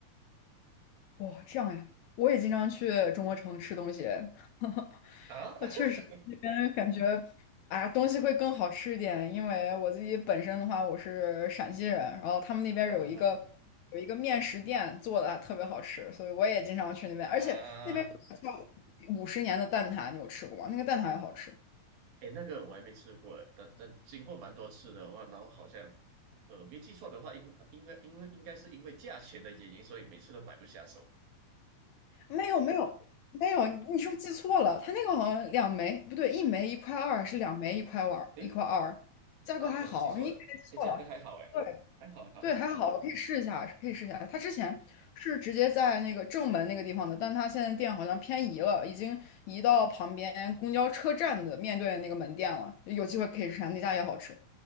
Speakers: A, on the left; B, on the right.
A: 哇，这样呀，我也经常去中国城吃东西，<laughs>
B: 啊
A: 呃确实那边感觉，
B: <laughs>
A: 啊，东西会更好吃一点，因为我自己本身的话，我是陕西人，然后他们那边有一个有一个面食店做的特别好吃，
B: 啊
A: 所以我也经常去那边，而且那边有个叫五十年的蛋挞，
B: 啊，
A: 你有吃过吗？那个蛋挞也好吃。
B: 哎，那个我还没吃过，但但经过蛮多次的话，然后好像呃没记错的话，应应该因为应该是因为价钱的原因，所以每次都买不下手。
A: 没有没有没有，你你是不是记错了？它那个好像两枚，不对，一枚一块二，是两枚一块二，
B: 哎，
A: 一块二，价格还好，
B: 那我可能记错了，
A: 你可能记错了。
B: 哎，价格还好哎，
A: 对
B: 还好还好，
A: 对，还好，可以试一下，可以试一下。它之前是直接在那个正门那个地方的，但它现在店好像偏移了，已经移到旁边公交车站的面对那个门店了。有机会可以试试，那家也好吃。